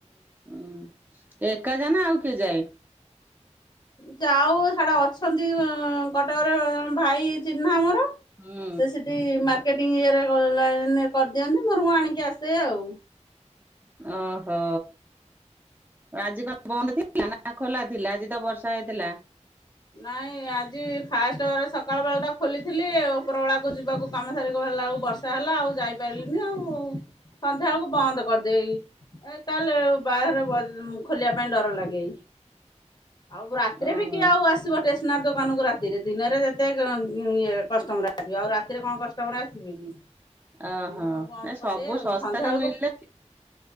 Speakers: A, on the right (about 15°); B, on the left (about 35°).
A: ହୁଁ ଏକା ଯାଅନା ଆଉ କିଏ ଯାଏ?
B: ଯାଉ ସିଆଡେ ଅଛନ୍ତି କଟକରେ ଜଣେ ଭାଇ ଚିହ୍ନା ଆମର।
A: ହୁଁ
B: ସେ ସୀଠି ମାର୍ ସେଟିଂ ଇଏ ରେ ଅନଲାଇନ୍ କରିଦିଅନ୍ତି ମୋର ମୁଁ ଆଣିକି ଆସେ ଆଉ।
A: ଓହୋ। ଆଜି କଣ ବନ୍ଦ ଥିଲା ନା ଖୋଲା ଥିଲା ଆଜି ତ ବର୍ଷା ହେଇଥିଲା।
B: ନାଇଁ ଆଜି ଫାଷ୍ଟରେ ସକାଳ ବେଳ ଟା ଖୋଲିଥିଲି ଉପର ବଳାକୁ ଯିବାକୁ କାମ ସାରି ଗଲାକୁ ଲା ବେଳକୁ ବର୍ଷା ହେଲା ଆଉ ଯାଇପାରିଲିନି ଆଉ, ସନ୍ଧ୍ୟା ବେଳକୁ ବନ୍ଦ କରିଦେଇ ଏ କାଲି ବାହାରେ ବର୍ ଖୋଲିବା ପାଇଁ ଡର ଲାଗେ। ଆଉ ରାତିରେ
A: ଓହୋ
B: ବି କିଏ ଆଉ ଆସିବ ଟେସେନାରୀ ଦୋକାନକୁ ରାତିରେ ଦିନରେ ନରେ ଯେତେ ଏ ଇ-ଇଏ କଷ୍ଟମର ଆସିବ ଆଉ ରାତିରେ କଣ କଷ୍ଟମର ଆସିବେ କି?
A: ଓହୋ
B: ମୁଁ ବନ୍ଦ
A: ଏଇ
B: କରିଦିଏ
A: ସବୁ
B: ଆଉ
A: ଶସ୍ତାରେ
B: ସନ୍ଧ୍ୟା ବେଳକୁ
A: ମିଳିଲେ